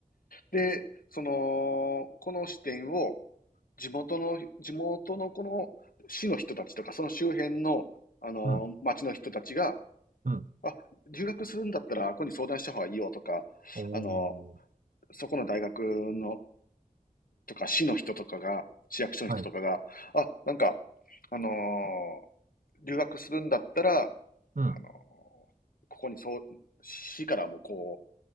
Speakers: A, on the left; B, on the right.
A: で、その、この支店を地元の、地元のこの市の人たちとか、その周辺の、あの、
B: うん。
A: 町の人たちが、
B: うん。
A: あ、留学するんだったら、ここに相談した方がいいよとか、
B: おお、
A: あの、そこの大学の、とか、市の人とかが、市役所の人とかが、
B: はい。
A: あ、なんか、あのー留学するんだったら、
B: うん、
A: あのーここにそう、市からもこう、